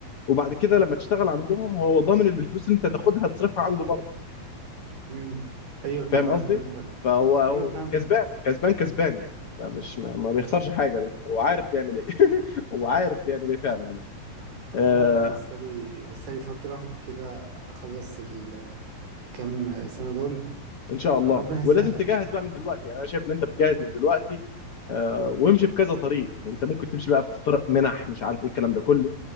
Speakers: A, on the left; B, on the right.
A: وبعد كده
B: مم.
A: لما تشتغل عندهم هو ضامن ان الفلوس اللي انت تاخدها تصرفها عنده برضه
B: مم. ايوه تمام
A: فاهم قصدي؟
B: فهمتك
A: فهو هو
B: ايوه فاهم
A: كسبان كسبان كسبان يعني فمش ما ما بيخسرش حاجه ده هو عارف بيعمل ايه <laughs> هو عارف بيعمل ايه فعلا يعني
B: انت
A: آه
B: بقى ما انا لسه لي لسه لي فتره كده اخلص الكام سنه دول فربنا
A: ان شاء الله ولازم
B: يسهل
A: تجهز بقى من دلوقتي يعني انا شايف ان انت بتجهز من دلوقتي آه وامشي في كذا طريق انت ممكن تمشي بقى في طرق منح مش عارف ايه الكلام ده كله